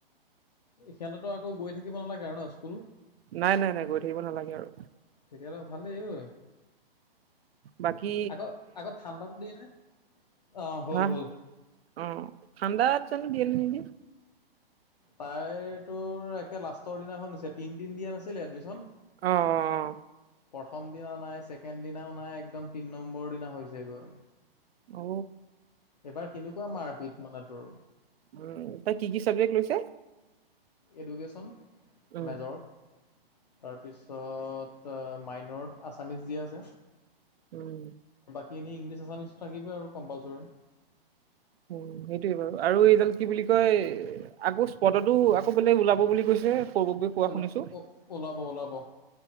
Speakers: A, on the left (about 45°); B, on the right (about 85°).
A: সিঁহতৰটো আকৌ গৈ থাকিব নালাগে ন স্কুল তেতিয়লে
B: নাই নাই নাই গৈ থাকিব নালাগে আৰু
A: ভালেই ঐ
B: বাকী
A: আকৌ আকৌ ঠাণ্ডাটো দিয়ে নে। অ' হ'ল
B: অহ
A: হ'ল
B: অ ঠাণ্ডাত জানো দিয়ে নে নিদিয়ে।
A: তাইতো একে লাষ্টৰ দিনাখন নিছে তিনিদিন দিয়া নাছিল এডমিশ্যন।
B: অ অ অ।
A: প্ৰথম দিনা নাই ছেকেণ্ড দিনাও নাই একদম তিনি নম্বৰৰ দিনা হৈছেগৈ।
B: ঔ
A: এবাৰ কেনেকুৱা মাৰপিত মানে তোৰ
B: উম তই কি কি চাবজেক্ট লৈছে
A: এডুকেশ্যন
B: উম
A: মেজৰ তাৰপিছত মাইনৰত আছামিছ দিয়া আছে
B: উম
A: সেইখনেই ইংলিছ আছামিছটো থাকিবই আৰু কম্পালচৰি
B: উ সেইটোয়ে বাৰু আৰু এইডাল কি বুলি কয় আকৌ স্পদতো আকৌ বেলেগ ওলাব বুলি কৈছে সৌৰভে কোৱা
A: অওল
B: শুনিছো।
A: ওলাব ওলাব